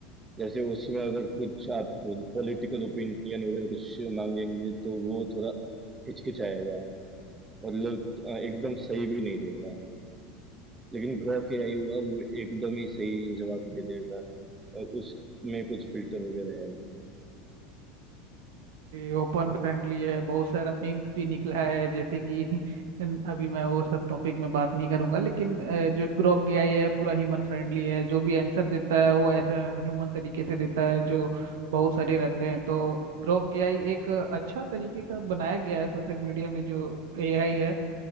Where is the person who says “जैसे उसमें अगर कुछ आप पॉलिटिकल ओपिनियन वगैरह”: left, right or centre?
Right